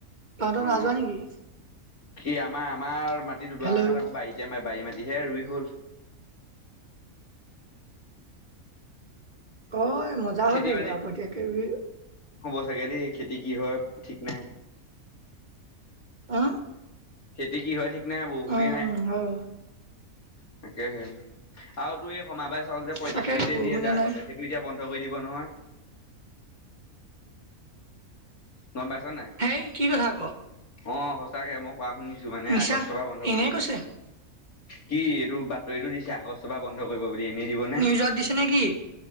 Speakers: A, on the right; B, on the left.
A: তহতে,
B: অ
A: নাইযোৱা নেকি?
B: কি, আমাৰ, আমাৰ মাটি দুদৰা
A: হেল্ল'
B: মানহে তাকো বাৰীতে, বাৰী মাটিহে ৰুই হ'ল। <inaudible>
A: অ'। মজা
B: খেতি,
A: হ'ল
B: বাতি
A: লে আগতীয়াকে ৰুই
B: হ'ব চাগে দেই। খেতি কি হয় ঠিক নাই,
A: অ
B: খেতি কি হয় ঠিক নাই, বহুষুণ
A: অ
B: নাই,
A: হয় বাৰু
B: তাকে হে। আৰু তো, এই সমাবাস চাউল যে পঁয়ত্ৰশ
A: তাকেতো
B: কেজিয়ে
A: বৰষুণে
B: দিয়ে যায়, আগতে
A: নাই
B: সেইটো এতিয়া বন্ধ কৰি ব, নহয়। গম পাইছ নাই,
A: হেই কি কথা ক
B: অ, সঁচাকে মোক কোৱা শুনিছো, মানে
A: মিছা
B: আগষ্টৰ পৰা বন্ধ
A: এনেই
B: কৰিব।
A: কৈছে
B: কি বাতৰিতটো দি আগষ্ট বা বন্ধ কৰিব বুলি, এনেই দিব ন,
A: নিউজত দিছে নে কি